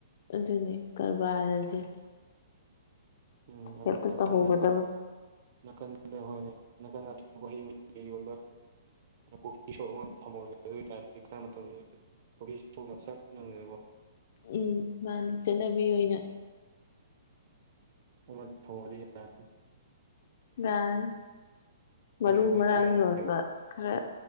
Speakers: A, on the left; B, on the right.
A: ꯑꯗꯨꯅꯦ ꯀꯔꯕꯥꯔꯁꯦ
B: ꯎꯝ ꯑꯗꯨ
A: ꯍꯦꯛꯇ
B: ꯅꯥꯀꯟꯗ
A: ꯇꯧꯍꯧꯒꯗꯕꯅꯤ
B: ꯅꯥꯀꯟꯗ ꯍꯣꯏꯅꯦ ꯅꯥꯀꯟꯗ ꯑꯇꯣꯞꯄ ꯍꯩꯩ ꯌꯣꯟꯕ ꯀꯣꯐꯤ ꯁꯣꯞ ꯑꯃ ꯊꯝꯍꯜꯒꯦ ꯑꯗꯨ ꯑꯣꯏꯇꯥꯔꯗꯤ ꯈꯔ ꯃꯇꯝꯗ ꯀꯣꯐꯤ ꯁꯣꯞ ꯌꯥꯝ ꯆꯠꯅꯕꯅꯤꯅꯀꯣ
A: ꯎꯝ ꯃꯥꯅꯤ ꯆꯠꯅꯕꯤ ꯑꯣꯏꯅ
B: <inaudible>
A: ꯌꯔꯅꯤ ꯃꯔꯨ
B: ꯍꯣꯏ ꯂꯩꯕ
A: ꯃꯔꯥꯡ
B: ꯌꯥꯅꯦꯕ
A: ꯌꯣꯟꯕ ꯈꯔ